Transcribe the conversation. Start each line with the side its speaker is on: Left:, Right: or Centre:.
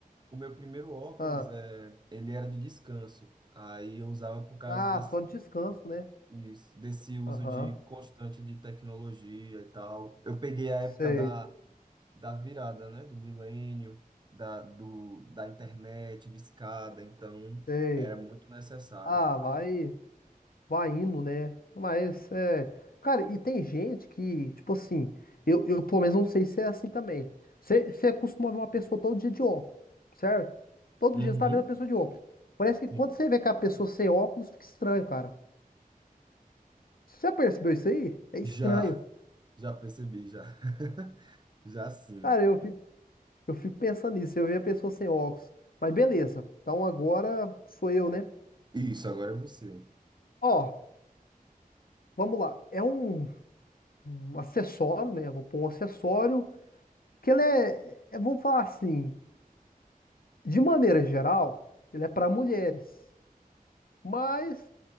Right: o meu primeiro óculos,
Left: Ah,
Right: é, ele era de descanso. Aí eu usava por causa
Left: ah,
Right: desse,
Left: só descanso, né?
Right: isso, desse uso
Left: Aham.
Right: de constante de tecnologia e tal. Eu peguei a época
Left: Sei,
Right: da, da virada, né? Do milênio, da, do, da internet, de escada então
Left: sei.
Right: era muito necessário.
Left: Ah, vai. Vai indo, né? Mas é. Cara, e tem gente que, tipo assim, eu, eu pelo menos não sei se é assim também. Você você costuma ver uma pessoa todo dia de óculos, certo? Todo
Right: Uhum,
Left: dia você tá vendo a pessoa de óculos. Parece que
Right: sim.
Left: quando você vê que a pessoa sem óculos, fica estranho, cara. Você já percebeu isso aí? É estranho.
Right: Já, já percebi, já. <laughs> Já sim.
Left: Cara, eu fico, eu fico pensando nisso, eu vejo a pessoa sem óculos. Mas beleza, então agora sou eu, né?
Right: Isso, agora é você.
Left: Ó, vamos lá. É um, um acessório, né? Eu Vou pôr um acessório que ele é, é, vamos falar assim. De maneira geral, ele é para mulheres. Mas